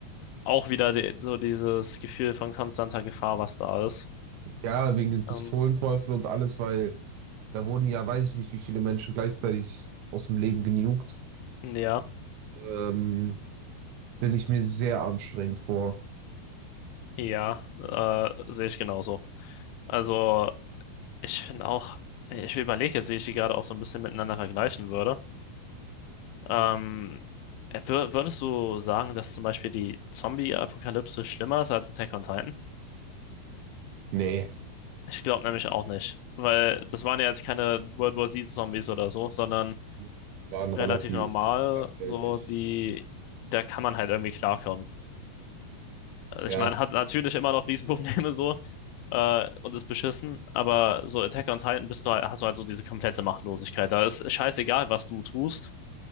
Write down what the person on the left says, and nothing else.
Auch wieder die, so dieses Gefühl von konstanter Gefahr, was da ist.
Ähm,
ja,
ja, äh, sehe ich genauso. Also, ich finde auch, ich überlege jetzt, wie ich die gerade auch so ein bisschen miteinander vergleichen würde. Ähm, äh, wür- würdest du sagen, dass zum Beispiel die Zombie-Apokalypse schlimmer ist als Attack on Titan?
Ich glaube nämlich auch nicht, weil das waren ja jetzt keine World War Z-Zombies oder so, sondern
relativ
normal.
So, die, da kann man halt irgendwie klarkommen. Also Ich
meine, hat natürlich immer noch Riesenprobleme so äh, und ist beschissen, aber so Attack on Titan bist du halt, hast du halt so diese komplette Machtlosigkeit. Da ist scheißegal, was du tust,